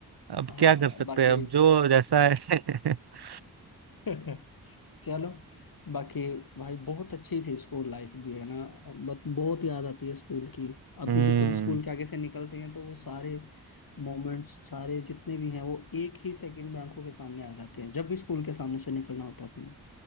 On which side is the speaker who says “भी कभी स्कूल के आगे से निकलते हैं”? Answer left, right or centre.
Left